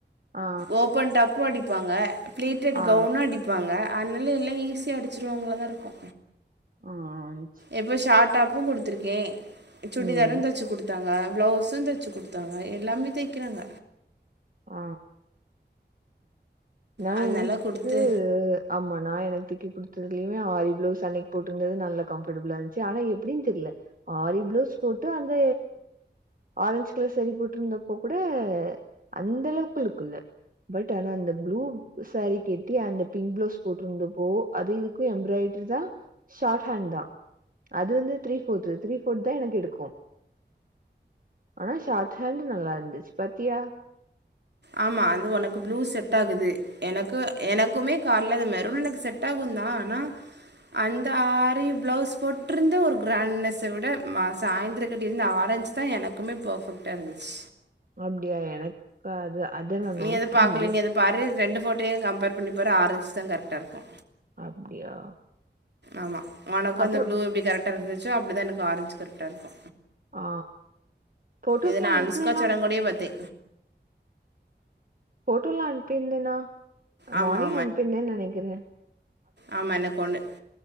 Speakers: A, on the right; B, on the right.
A: ஆ
B: ஓப்பன் டாப்பு அடிப்பாங்க பிளிட்டடு
A: ஆ
B: கவுன்னு அடிப்பாங்க அதனால எல்லா ஈஸிய அடிச்சடுவாங்களதா இருக்கு
A: ஆஹ்ன்
B: எப்போ ஷாட் டாப்பு குடுத்துருக்கே சுடிதாரு
A: ம்
B: தச்சு குடுத் குடுத்தாங்க பிளவுஸு தெச்சு குடுத்தாங்க எல்லாமே தைக்கிறாங்க
A: ஆ நா
B: அதனால
A: எனக்கு
B: குடுத்து
A: கூ ஆமா நா எனக்கு தெக்க குடுத்ததுலயுமே ஆரி பிளவுஸ் அன்னைக்கு போட்டுருந்தது நல்ல கம்ஃர்டபிளா இருந்துச்சு ஆனா எப்டினு தெரில ஆரி பிளவுஸ் போட்டு அந்த ஆரஞ்சு கலர் சேரி போட்ருந்தப்போ கூட அந்தளவுக்கு லுக்குல்ல பட் ஆனா அந்த ப்ளூ சாரி கெட்டி அந்த பிங்க் பிளவுஸ் போட்ருந்தப்போ அது இதுக்கு எம்ப்ராய்டரி தா ஷார்ட் ஹேண்ட் தா அது வந்து த்ரீ ஃபோர்து த்ரீ ஃபோர்த் தா எனக்கு எடுக்கும் ஆனா ஷார்ட்ஹேண்டு நல்லா இருந்துச்சு பாத்தியா
B: ஆமா அது ஒனக்கு ப்ளூ செட் ஆகுது எனக்கு எனக்குமே கால்ல அந்த மெரூன் எனக்கு செட் ஆகுந்தா ஆனா அந்த ஆரி ப்ளவுஸ் போட்ருந்த ஒரு கிராண்ட்னஸ்ஸ விட மா சாய்ந்தர கட்டிருந்து ஆரஞ்ச் தா எனக்குமே பேர்ஃபெக்ட்டா இருந்துச்
A: அப்டியா எனக் அது அத நா
B: நீ
A: நோட்
B: அதை
A: பண்ல
B: பாக்கல நீ அதை பாரு ரெண்டு ஃபோட்டோயு கம்பேர் பண்ணி பாரு ஆரஞ்சுதா கரெக்டா இருக்கு
A: அப்டியா
B: ஆமா ஒனக்கு
A: அப்புறம்
B: அந்த ப்ளூ எப்டி கரட்டா இருந்துச்சோ அப்டிதா எனக்கு ஆரஞ்சு கரட்டா இருக்கு
A: ஆ போட்டோஸ்லாம்
B: இதுனா
A: அனுப்புனேனா
B: அனுஸ்கா சடங்கோடயே பாத்தே
A: போட்டோல அனுப்பீர்ந்தேனா
B: ஆமாம்
A: மார்னிங் அனுப்பீந்தே நெனக்கிறே
B: ஆமா எனக்கொண்ணு